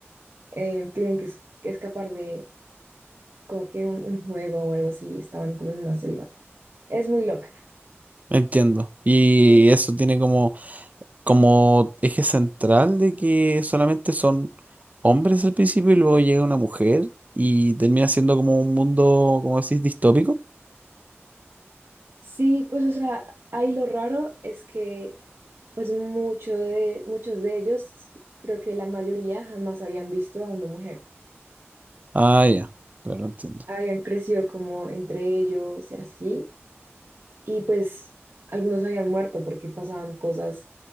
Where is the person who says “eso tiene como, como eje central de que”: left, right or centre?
Right